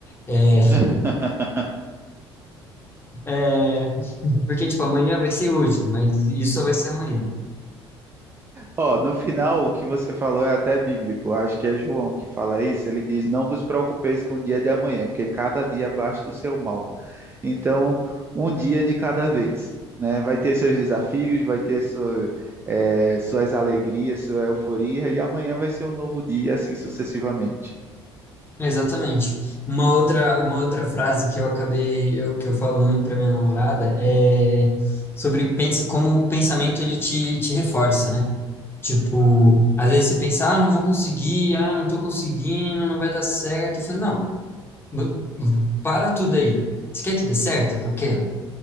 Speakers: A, on the left; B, on the right.
A: É...
B: <laughs>
A: <laughs> é, Porque, tipo, amanhã vai ser hoje, mas isso só vai ser amanhã.
B: Ó, no final, o que você falou é até bíblico. Acho que é João que fala isso. Ele diz: Não vos preocupeis com o dia de amanhã, porque cada dia basta o seu mal. Então, um dia de cada vez, né? Vai ter seus desafios, vai ter sua, é, suas alegrias, sua euforia, e amanhã vai ser um novo dia, assim sucessivamente.
A: Exatamente. Uma outra, uma outra frase que eu acabei, eu, que eu falo muito para minha namorada é sobre pensa, como o pensamento ele te, te reforça, né? Tipo, às vezes você pensa, ah, não vou conseguir, ah, não tô conseguindo, não vai dar certo. Eu falei, não, b- para tudo aí. Você quer que dê certo? Ok,